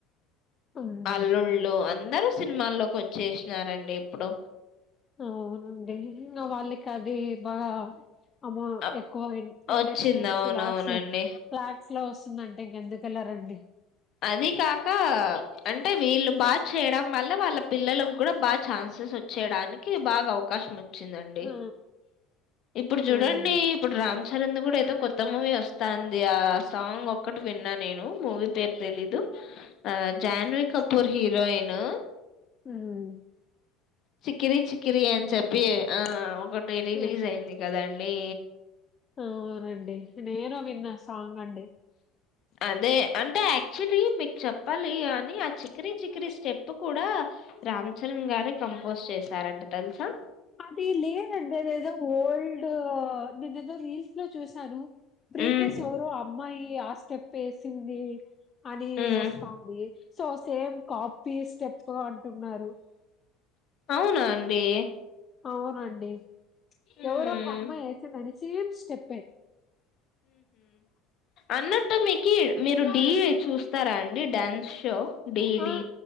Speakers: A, on the left (about 30°); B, on the left (about 55°).
A: ఉమ్,
B: అల్లుళ్ళు అందరుూ సినిమాల్లోకి వచ్చేసినారండి ఇప్పుడు
A: అవునండి నా వాళ్ళకి అది బాగా అమ్మ
B: అ-
A: ఎక్కువ ఇండస్ట్రీ
B: వచ్చింది
A: నుంచి
B: అవునవునండి
A: లాక్స్ లో ఫ్లాగ్స్ లో వస్తుందంటే ఇంకెందుకు వెెళ్లరండి
B: అది కాక అంటే వీళ్ళు బాగా చేయడం వల్ల వాళ్ళ పిల్లలకు కూడా బాగా ఛాన్సెస్ వచ్చేయడానికి బాగా అవకాశం వచ్చిందండి
A: ఆ
B: ఇప్పుడు చూడండి
A: అవునండి
B: ఇప్పుడు రా రామ్ చరణ్ కూడా ఏదో కొత్త మూవీ వస్తాంది ఆ సాంగ్ ఒక్కటి విన్నా నేను మూవీ పేరు తెలీదు ఆ జాహన్వి కపూర్ హీరోయిన్
A: అవు
B: చిక్కిరి చికిరి అని చెప్పి ఆ ఒకటి రిలీజ్
A: ఉమ్.
B: అయింది కదండి
A: అవునండి నేను విన్నా సాంగ్ అండి
B: అదే అంటే యాక్చులీ మీకు చెప్పాలి అని ఆ చికిర చికిర స్టెప్ కూడా రామ్ చరణ్ గారి కంపోజ్ చే చేశారంటే తెలుసా
A: అది లేదండి ఏదేదో ఓల్డ్ నేద ఏదో రీల్స్ లో చూశాను ప్రీవియస్
B: ఉమ్
A: ఎవరు అమ్మాయి ఆ స్టెప్ వేసింది అని
B: ఉమ్
A: వస్తుంది సో సేమ్ కాపీ స్టెప్ అంటున్నారు
B: అవునా అండి
A: అవునండి
B: ఉమ్
A: ఎవరో ఒక అమ్మాయి వేసిందని సేమ్ స్టెప్పే
B: అన్నట్టు మీ కీ మీరు డి చూస్తారా అండి డ్యాన్స్ షో డీ డీ
A: ఆ